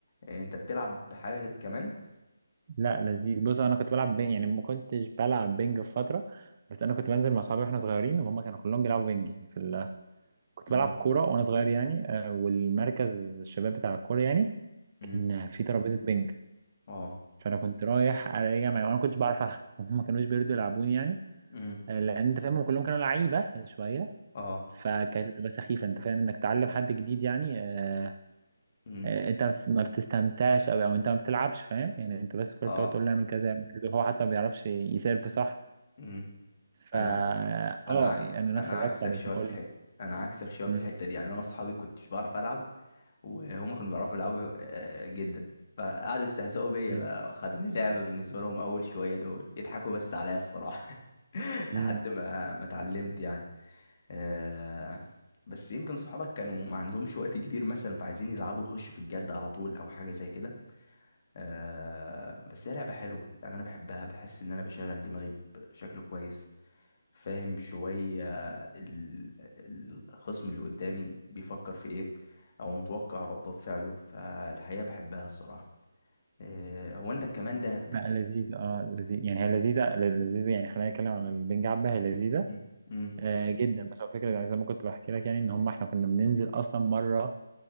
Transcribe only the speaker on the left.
آه، انت بتلعب بحاجة غير كمان
امم
امم
اه
امم
اه
امم
اه
امم
انا انا
عك
انا
عكسك
شويه
في الحته
انا عكسك شويه
في الحته دي يعني انا اصحابي كنتش بعرف العب وهما كانوا بيعرفوا يلعبوا آه، جدا فقعدوا يستهزئوا بيا
بقى خدوا لي لعبه بالنسبه لهم اول شويه دول يضحكوا بس عليا الصراحه <laughs> لحد
ما ما اتعلمت يعني آه، بس يمكن صحابك كانوا ما عندهمش وقت كبير مثلا فعايزين يلعبوا يخشوا في الجد على طول او حاجه زي كده آه، بس هي لعبه حلوه يعني انا بحبها بحس ان انا بشغل دماغي بشكل كويس فاهم شوية ال- الخصم اللي قدامي بيفكر في ايه او متوقع ردات فعله فالحقيقة بحبها الصراحة آه، هو انت كمان ده بت...
مم. مم.